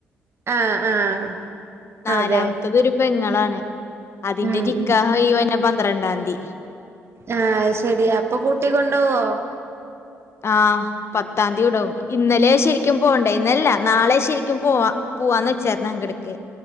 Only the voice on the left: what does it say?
നാലാമത്തത്
ഒരു പെങ്ങളാണ് അതിന്റെ
നിക്കാഹ്
ഈ പറഞ്ഞ പന്ത്രണ്ടാംയതി
ആഹ് പത്താം തീയതി ഉടവും ഇന്നലെ ശരിക്കും പോണ്ടേ ഇന്നല്ല നാളെ ശരിക്കും പോവാ പോ പോവ്വാനെച്ചര്ക് അങ്ങടിക്